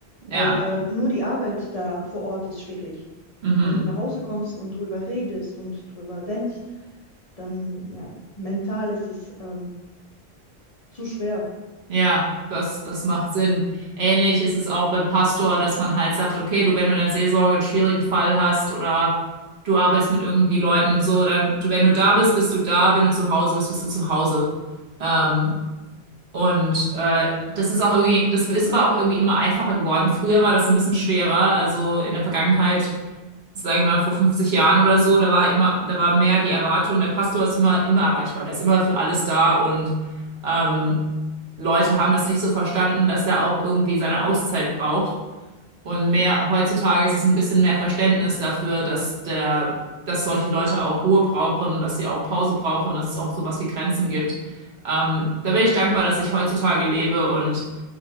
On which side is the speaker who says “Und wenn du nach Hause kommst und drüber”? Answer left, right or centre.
Left